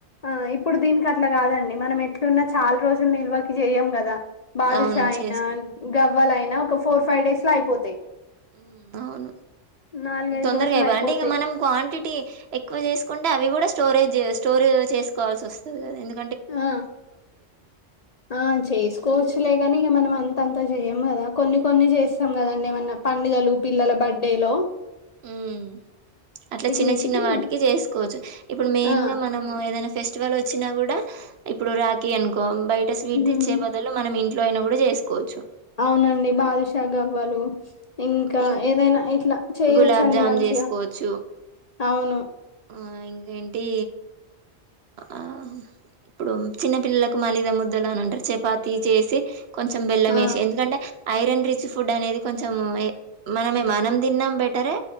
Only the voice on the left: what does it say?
ఆ ఇప్పుడు దీనికి అట్లా కాదండి మనం ఎట్లున్నా చాలా రోజులు నిల్వకి చెయ్యం కదా బాదుషా
అయినా
గవ్వలు ఐనా ఒక ఫోర్ ఫైవ్ డేస్ లో అయిపోతాయి
నాలుగైదు
రోజులు
అయిపోతాయి
ఆ ఆ చేసుకోవచ్చు లేగాని ఇక మనం అంతంతా చేయం కదా కొన్ని కొన్ని చేస్తాం కదండి ఏమన్నా పండిడులు పిల్లల బర్త్డే హలో
వీటికి
ఆ
ఉమ్
అవునండి బాదుషా గవ్వలు ఇంకా
ఏదైనా ఇట్లా చేయొచ్చండి
మంచిగా
అవును
ఆ!